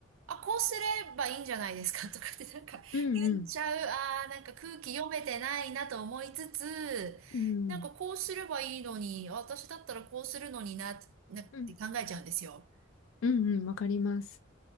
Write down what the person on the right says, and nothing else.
あ、こうすればいいんじゃないですか <laughs> とかってなんか言っちゃう、
あーなんか空気読めてないなと思いつつ、
なんかこうすればいいのに、私だったらこうするのにな、なって考えちゃうんですよ。